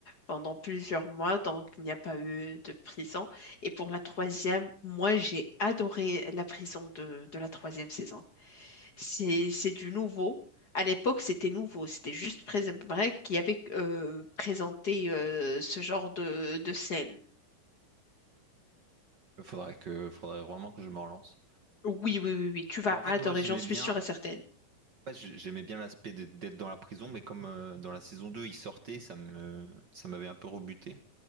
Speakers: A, on the left; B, on the right.
A: pendant plusieurs mois, donc il n'y a pas eu de prison. Et pour la troisième, moi, j'ai adoré la prison de, de la troisième saison. C'est, c'est du nouveau. À l'époque, c'était nouveau. C'était juste Prison Break qui avait euh, présenté euh, ce genre de, de scène.
B: Faudrait que, faudrait vraiment que je me relance.
A: Oui, oui, oui, oui, tu vas
B: En fait,
A: adorer,
B: moi, j'aimais
A: j'en suis
B: bien.
A: sûre et certaine.
B: Enfin, j'ai- j'aimais bien l'aspect d'être d'être dans la prison, mais comme euh, dans la saison 2, il sortait, ça me, ça m'avait un peu rebuté.